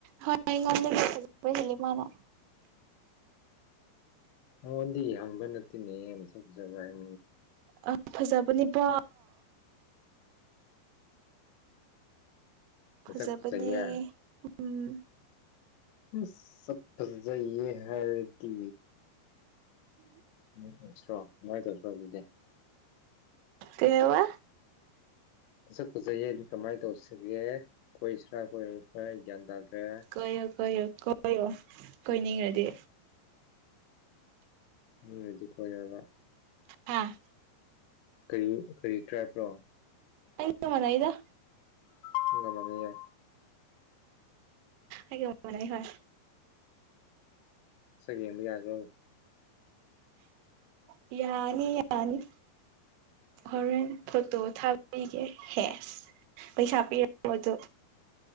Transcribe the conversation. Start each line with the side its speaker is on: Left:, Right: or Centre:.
Right: ꯍꯣꯏ ꯑꯩꯉꯣꯟꯗꯒꯤ ꯐꯖꯕ ꯍꯦꯜꯂꯦ ꯃꯥꯅ
Left: ꯅꯉꯣꯟꯗꯤ ꯌꯥꯡꯕ ꯅꯠꯇꯦꯅꯦ ꯃꯁꯛꯐꯖꯕ꯭ꯔ ꯍꯥꯏ
Right: ꯑ ꯐꯖꯕꯅꯤ ꯄꯣ
Left: ꯃꯁꯛ
Right: ꯐꯖꯕꯅꯦ
Left: ꯐꯖꯩꯌꯦ
Right: ꯎꯝ
Left: ꯑꯁ ꯁꯛ ꯐꯖꯩꯌꯦ ꯍꯥꯏꯔꯗꯤ ꯎꯝ ꯁ꯭ꯔꯣ <unintelligible>
Right: ꯀꯩꯋꯥ
Left: ꯐꯁꯛ ꯐꯖꯩꯌꯦ ꯑꯗꯨ ꯀꯃꯥꯏ ꯇꯧꯁꯤꯒꯦ ꯀꯣꯏꯁꯤꯔꯥ ꯀꯣꯏꯔꯣꯏ ꯒ꯭ꯌꯥꯟ ꯇꯥꯗ꯭ꯔꯦ
Right: ꯀꯣꯏꯌꯣ ꯀꯣꯏꯌꯣ ꯀꯣꯏꯌꯣ ꯀꯣꯏꯅꯤꯡꯔꯗꯤ
Left: ꯃꯤꯅꯗꯤ ꯀꯣꯏꯔꯕ
Right: ꯍꯥꯥ
Left: ꯀꯔꯤ ꯀꯔꯤ ꯇ꯭ꯔꯥꯏꯞꯔꯣ
Right: ꯑꯩꯒ ꯃꯥꯅꯩꯗ꯫
Left: <unintelligible> ꯃꯅꯩꯌꯦ
Right: ꯑꯩꯒ ꯃꯅꯩ ꯍꯣꯏ
Left: ꯁꯛ ꯌꯦꯡꯕ ꯌꯥꯒ꯭ꯔꯣ
Right: ꯌꯥꯅꯤ ꯌꯥꯅꯤ ꯍꯣꯔꯦꯟ ꯐꯣꯇꯣ ꯊꯥꯕ ꯄꯤꯒꯦ ꯍꯦꯁ ꯄꯩꯁꯥ ꯄꯤꯔ ꯕꯣꯗꯣ